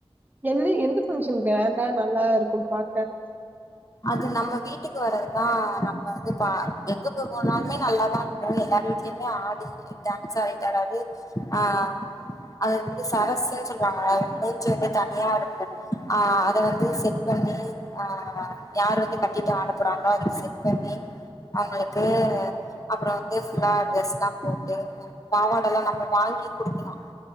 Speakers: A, on the right; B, on the left.
A: என்ன எந்த பங்க்ஷன் கிராண்டா நல்லா இருக்கும் பாக்க
B: அது நம்ம வீட்டுக்கு வர்றதுதான் நம்ம வந்து பா எங்க போ போனாலுமே நல்லாதான் அதுவும் ம் எல்லாரு வீட்லயுமே ஆடி டான்ஸ் ஆடிட்டு அதாவது ஆ அது வந்து சரஸ்சுன்னு சொல்லுவாங்க அது மூஞ்ச்சு வந்து தனியா இருக்கும் அ அத வந்து செட் பண்ணி ஆ யாரு வந்து கட்டிட்டு ஆட போறாங்களோ அதுக்கு செட் பண்ணி அவுங்களுக்கு அப்புறோம் வந்து எல்லா ட்ரெஸ் எல்லாம் போட்டு பாவாட எல்லாம் நம்ம வாங்கி குடுக்கலாம்